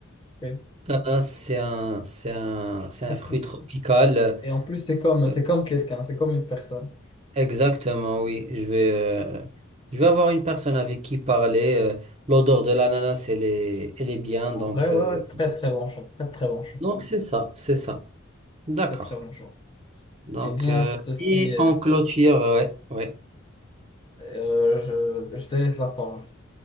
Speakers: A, on the left; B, on the right.
A: Oui.
B: L'ananas, c'est un, c'est un,
A: C'est
B: c'est un fruit
A: comme- c'est-
B: tropical.
A: Et en plus, c'est comme,
B: Euh,
A: c'est comme quelqu'un, c'est comme une personne.
B: Exactement, oui. Je vais, euh, je vais avoir une personne avec qui parler. euh, l'odeur de l'ananas, elle est, elle est bien.
A: En
B: Donc,
A: vrai,
B: euh,
A: ouais, ouais, très très bon choix, très très bon choix,
B: donc c'est ça, c'est ça. D'accord.
A: très très bon choix.
B: Donc,
A: Eh bien,
B: euh,
A: ceci,
B: et
A: euh,
B: en clôture, ouais, ouais.
A: euh, je, je te laisse la parole.